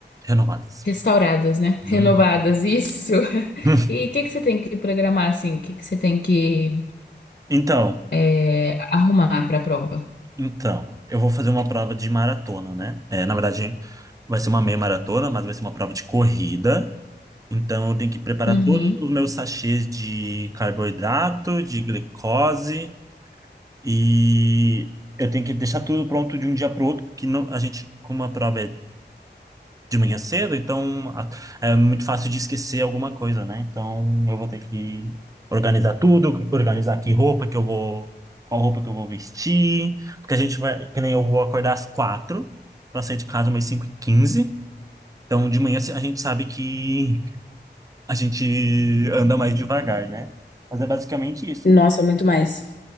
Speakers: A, on the right; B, on the left.
A: Renovadas.
B: restauradas, né?
A: Hum.
B: Renovadas, isso. <laughs>
A: <laughs>
B: E o que que você tem que programar assim? O que que você tem que
A: Então,
B: eh, arrumar pra prova?
A: então, eu vou fazer uma prova de maratona, né? É, na verdade, vai ser uma meia maratona, mas vai ser uma prova de corrida. Então, eu tenho que preparar
B: Uhum.
A: todos os meus sachês de carboidrato, de glicose E eu tenho que deixar tudo pronto de um dia para o outro, porque não, a gente, como a prova é de manhã cedo, então a- é muito fácil de esquecer alguma coisa, né? Então eu vou ter que organizar tudo, organizar que roupa que eu vou, qual roupa que eu vou vestir, porque a gente vai, que nem eu vou acordar às quatro para sair de casa umas cinco e quinze Então de manhã a gente sabe que a gente anda mais devagar, né? Mas é basicamente isso.
B: Nossa, muito mais.